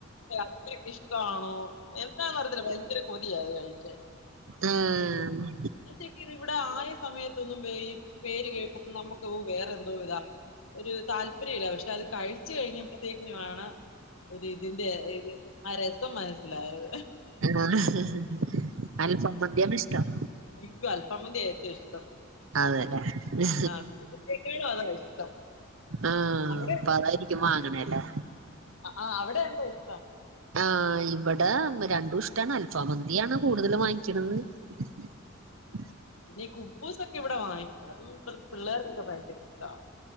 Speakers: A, on the left; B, on the right.
A: അത്രക്കിഷ്ട്ടാണോ എന്താന്ന് അറയത്തില്ല ഭയങ്കര കൊതിയാ അത് കഴിക്കാൻ
B: ആഹ്
A: ഇവിടെക്കിത് ആയ സമയത്തൊന്നും ഈ പേര് കേൾക്കുമ്പ നമുക്ക് വേറെന്തോ ഇതാണ് ഒരു താല്പര്യമില്ല പക്ഷെ അത് കഴിച്ചു കഴിഞ്ഞപ്പോത്തേക്കും ആണ് ഒരു ഇതിന്റെ ഇത് ആ രസം മനസ്സിലായത്
B: ആഹ് അൽഫാ മന്തിയാണ് ഇഷ്ടം
A: എനിക്കും അൽഫാമന്തി ഏറ്റവും ഇഷ്ടം
B: അതെല്ലേ
A: ആ കെട്ട്യോനും അതാ ഇഷ്ടം
B: ആഹ്
A: അവിടെ
B: അപ്പതായിരിക്കും വാങ്ങണെല്ലേ
A: ആഹ് അവിടെയെന്ത് ഇഷ്ടം
B: ആഹ് ഇവിടെ രണ്ടും ഇഷ്ട്ടാണ് അൽഫാ മന്തിയാണ് കൂടുതലും വാങ്ങിക്കണത് <inaudible>
A: പിന്നെ ഈ കുബൂസൊക്കെ ഇവിടെ വാങ്ങിക്കും അതും ഇവർക്ക് പിള്ളേർക്കൊക്കെ ഭയങ്കര ഇഷ്ട്ടവാ